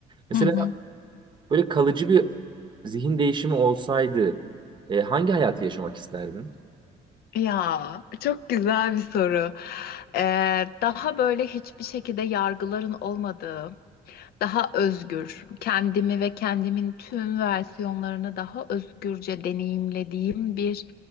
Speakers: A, on the right; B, on the left.
A: Mesela
B: hı hı.
A: böyle kalıcı bir zihin değişimi olsaydı e, hangi hayatı yaşamak isterdin?
B: Ya çok güzel bir soru. Ee, daha böyle hiçbir şekilde yargıların olmadığı, daha özgür, kendimi ve kendimin tüm versiyonlarını daha özgürce deneyimlediğim bir